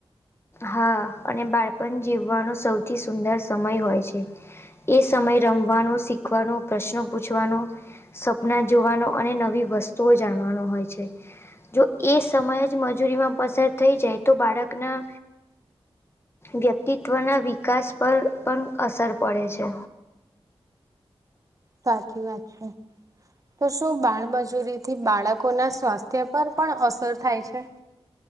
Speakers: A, on the left (about 25°); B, on the right (about 35°).
A: હા અને બાળપણ જીવવાનો સૌથી સુંદર સમય હોય છે. એ સમય રમવાનો શીખવાનો પ્રશ્નો પૂછવાનો સપના જોવાનો અને નવી વસ્તુઓ જાણવાનો હોય છે. જો એ સમય જ મજૂરીમાં પસાર થઈ જાય તો બાળકના વ્યક્તિત્વના વિકાસ પર પણ અસર પડે છે.
B: સાચી વાત છે. તો શું બાળમજૂરીથી બાળકોના સ્વાસ્થ્ય પર પણ અસર થાય છે.